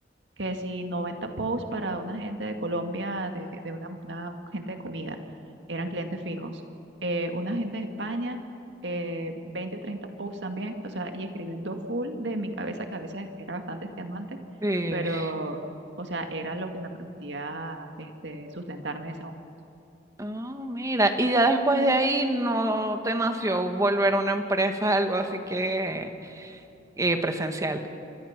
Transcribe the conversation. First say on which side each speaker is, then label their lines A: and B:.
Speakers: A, on the right; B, on the right.
A: que si 90 posts para una gente de Colombia, de, de una, una gente de comida, eran clientes fijos. Eh, una gente de España, eh, 20 o 30 posts también, o sea, y escribiendo full de mi cabeza, que a veces era bastante extenuante,
B: Sí.
A: pero, o sea, era lo que me permitía este, sustentarme en ese momento.
B: Ah, mira, y ya después de ahí no te nació volver a una empresa, algo así que eh, presencial.